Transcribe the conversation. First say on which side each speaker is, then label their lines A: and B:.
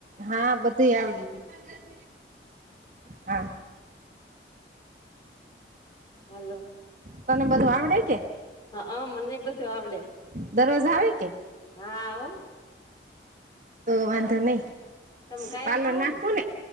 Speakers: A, on the right; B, on the left.
A: હા બધું આવડી ગયું હા
B: હલો
A: તને બધું આવડે કે?
B: હા હ મને બધું આવડે
A: દરરોજ આવે કે
B: હા આવો
A: તો વાંધો નહી
B: તમે
A: <unintelligible>
B: કાયમ આવો
A: નાખવું ને